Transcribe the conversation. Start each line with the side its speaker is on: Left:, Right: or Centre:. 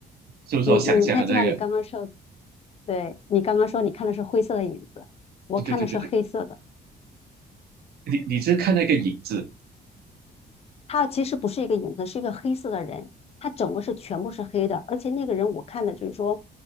Right: 是不是我想象的那个？
Left: 你你看，就像你刚刚说，对，你刚刚说你看的是灰色的影子，我看的是黑色的。
Right: 对对对对对，你你是看到一个影子
Left: 他其实不是一个影子，是一个黑色的人，他整个是全部是黑的，而且那个人我看的就是说